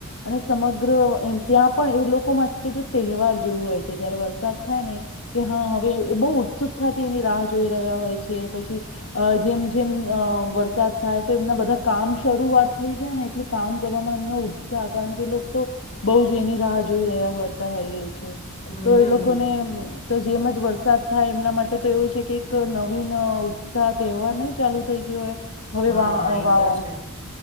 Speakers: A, on the left; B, on the left.
A: અને સ સમગ્ર એમ ત્યાં પણ એ લોકો માટે જો તહેવાર જેવું હોય છે, જયારે વરસાદ થાય ને કે હા હવે બહુ ઉત્સુકતાથી એની રાહ જોઈ રહ્યા હોય છે, પછી અહ જેમ-જેમ અહ વરસાદ થાય તો એમના બધા કામ શરૂઆત થઈ જાય ને એટલે કામ કરવામાં એમનો ત્યાં કારણ કે લોકો તો બહુ જ એની રાહ જોઈ રહ્યા હોતા હોઈએ છ છે.
B: હમ
A: તો એ લોકો ને અમ્મ તો જેમ જ વરસાદ થાય એમના માટે તો એવું છે કે એક નવીન અહ ઉત્સાહ તહેવાર નહીં ચાલુ થઈ ગયો હોય. હવે
B: હા
A: વા અહ
B: એ
A: વા
B: તો છે